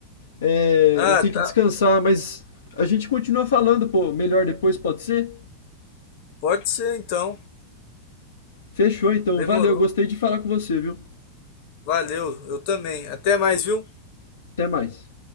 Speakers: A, on the left; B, on the left.
A: É,
B: Ah,
A: eu tenho
B: tá.
A: que descansar, mas a gente continua falando, pô, melhor depois, pode ser?
B: Pode ser então.
A: Fechou então,
B: Demorou.
A: valeu, gostei de falar com você, viu?
B: Valeu, eu também. Até mais, viu?
A: Até mais.